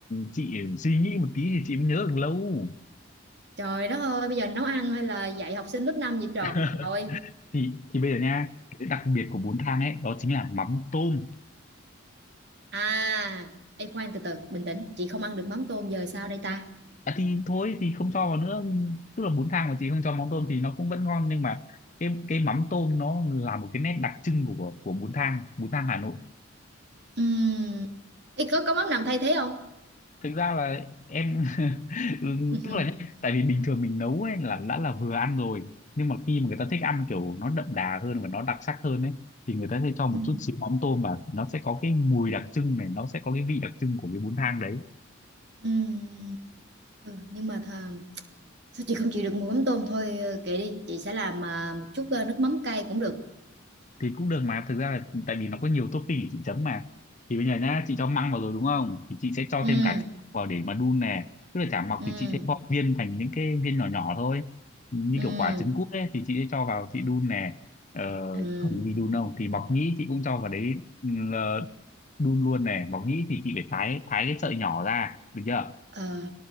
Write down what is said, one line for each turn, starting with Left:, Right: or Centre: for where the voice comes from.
Left: chị suy nghĩ một tí thì chị mới nhớ được lâu
Right: trời đất ơi bây giờ nấu ăn hay là dạy học sinh lớp 5 vậy trời
Left: <laughs>
Right: ơi.
Left: thì thì bây giờ nha cái đặc biệt của bún thang ấy đó chính là mắm tôm
Right: à em khoan từ từ bình tĩnh chị không ăn được mắm tôm giờ sao đây ta
Left: À, thì thôi thì không cho vào nữa tức là bún thang mà chị không cho mắm tôm thì nó cũng vẫn ngon nhưng mà cái cái mắm tôm nó là một cái nét đặc trưng của của bún thang bún thang Hà Nội
Right: Ừm, Ý, có có mắm nào thay thế không
Left: thực ra là em <laughs> ừm,
Right: <laughs>
Left: tức là nhá, tại vì bình thường mình nấu ấy là đã là vừa ăn rồi nhưng mà khi mà người ta thích ăn kiểu nó đậm đà hơn và nó đặc sắc hơn ấy thì người ta sẽ cho một
Right: Ừm,
Left: chút xíu mắm tôm vào nó sẽ có cái mùi đặc trưng này nó sẽ có cái vị đặc trưng của cái bún thang đấy
Right: ừm, ừ, nhưng mà thà, sao chị không chịu được mùi mắm tôm thôi ờ, kệ đi chị sẽ làm à, một chút ờ, nước mắm cay cũng được
Left: thì cũng được mà thực ra là tại vì nó có nhiều topping để chị chấm mà thì bây giờ nhá chị cho măng vào rồi đúng không thì chị sẽ cho
Right: Ừm,
Left: thêm cả chả mọc vào để mà đun nè tức là chả mọc
Right: ừm.
Left: thì chị sẽ gọt viên thành những cái viên nhỏ nhỏ thôi như
Right: ừ
Left: kiểu quả trứng cút ấy thì chị sẽ cho vào chị đun nè ờ,
Right: ừ
Left: còn cái gì đun không thì mọc nhĩ chị cũng cho vào đấy ừ, ờ, đun luôn nè mọc nhĩ thì chị phải thái thái cái sợi nhỏ ra được chưa
Right: ờ